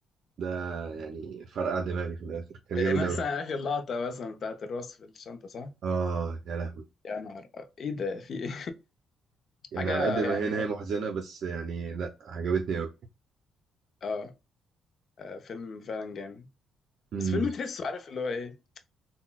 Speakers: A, on the right; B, on the left.
A: ده يعني فرقع دماغي في الآخر كان
B: إيه
A: جامد
B: مثلا
A: أوي
B: اخر لقطه مثلا بتاعت الراس في الشنطه صح
A: آه يا لهوي
B: يا نهار أ- ايه ده في ايه <laughs>
A: يعني
B: حاجه
A: على قد ما
B: يعني
A: هي نهاية
B: فعلا
A: محزنة بس يعني لأ عجبتني أوي
B: اه آه، فيلم فعلا جامد
A: امم
B: بس فيلم تحسه عارف اللي هو ايه